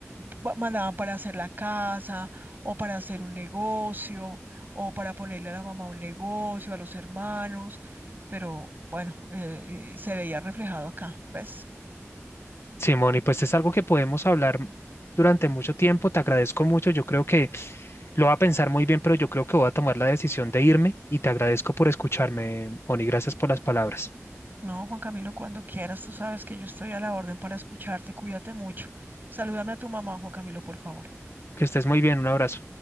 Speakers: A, on the right; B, on the left.
A: ba- mandaban para hacer la casa o para hacer un negocio o para ponerle a la mamá un negocio, a los hermanos, pero bueno, eh, eh, se veía reflejado acá, ¿ves?
B: Simón, y pues es algo que podemos hablar durante mucho tiempo. Te agradezco mucho. Yo creo que lo voy a pensar muy bien, pero yo creo que voy a tomar la decisión de irme y te agradezco por escucharme, Moni. Gracias por las palabras.
A: No, Juan Camilo, cuando quieras, tú sabes que yo estoy a la orden para escucharte, cuídate mucho. Salúdame a tu mamá, Juan Camilo, por favor.
B: Que estés muy bien. Un abrazo.